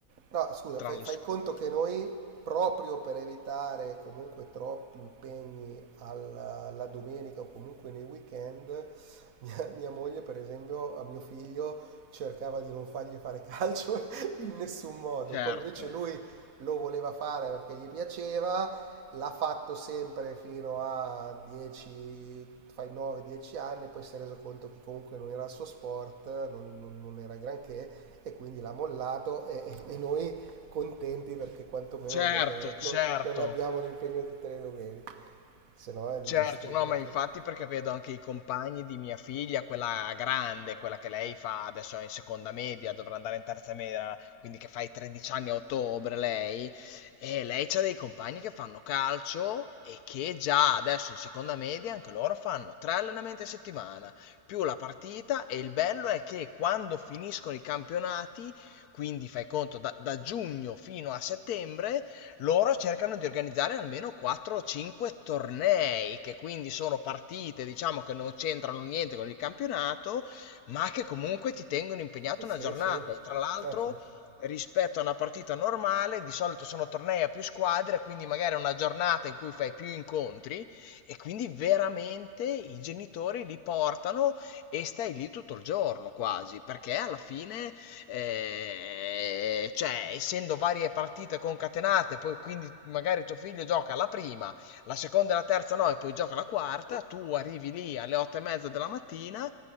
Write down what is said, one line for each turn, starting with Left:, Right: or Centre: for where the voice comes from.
Right: No, scusa,
Left: Trascorso.
Right: fai, fai conto che noi, proprio per evitare comunque troppi impegni alla, alla domenica o comunque nei weekend, mia, mia moglie, per esempio, a mio figlio cercava di non fargli fare calcio <laughs> in nessun modo.
Left: Certo,
Right: Poi invece lui lo voleva fare perché gli piaceva, l'ha fatto sempre fino a 10, fai 9-10 anni, poi si è reso conto che comunque non era il suo sport, non, non- non era granché e quindi l'ha mollato e, e- e noi contenti perché quantomeno
Left: certo,
Right: non, avre-
Left: certo,
Right: non- non abbiamo l'impegno tutte le domeniche, se no è ingestibile
Left: certo. No, ma
Right: anche
Left: infatti
Right: lì.
Left: perché vedo anche i compagni di mia figlia, quella grande, quella che lei fa adesso è in seconda media, dovrà andare in terza media, quindi che fa i 13 anni a ottobre lei, e lei c'ha dei compagni che fanno calcio e che già adesso in seconda media anche loro fanno tre allenamenti a settimana, più la partita e il bello è che quando finiscono i campionati, quindi fai conto da, da giugno fino a settembre, loro cercano di organizzare almeno 4 o 5 tornei, che quindi sono partite, diciamo, che non c'entrano niente con il campionato, ma che comunque ti tengono impegnato
Right: Eh Sì,
Left: una giornata.
Right: sì, eh
Left: E tra l'altro,
Right: sì.
Left: rispetto a una partita normale, di solito sono tornei a più squadre, quindi magari è una giornata in cui fai più incontri e quindi veramente i genitori li portano e stai lì tutto il giorno quasi, perché alla fine eh, cioè essendo varie partite concatenate, poi quindi magari tuo figlio gioca la prima, la seconda e la terza no, e poi gioca la quarta, tu arrivi lì alle otto e mezza della mattina